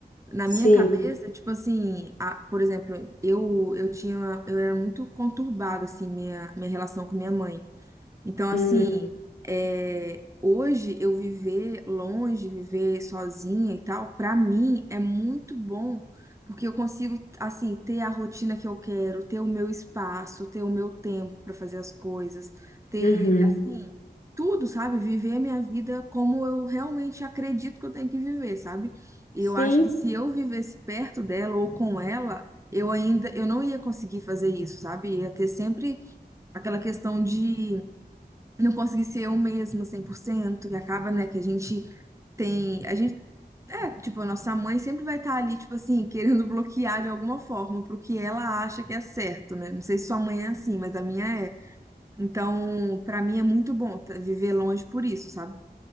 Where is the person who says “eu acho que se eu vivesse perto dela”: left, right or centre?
Right